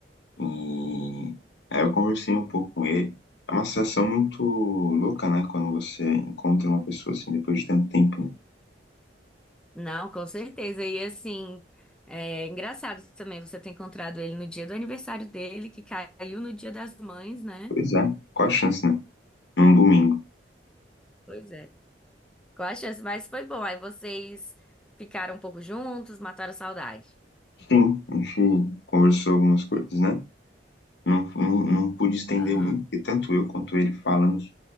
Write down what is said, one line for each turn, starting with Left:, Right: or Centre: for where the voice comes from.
Left: E aí eu conversei um pouco com ele. É uma sensação muito louca, né? Quando você encontra uma pessoa assim depois de tanto tempo, né?
Centre: Não, com certeza. E assim, é engraçado também você ter encontrado ele no dia do aniversário dele, que caiu no dia das mães, né?
Left: Pois é, qual a chance, né? num domingo.
Centre: Pois é. Qual a chance? Mas foi bom. Aí vocês ficaram um pouco juntos, mataram a saudade.
Left: Sim, a gente conversou algumas coisas, né? Não, não, não pude estender
Centre: Aham.
Left: muito, porque tanto eu quanto ele falamos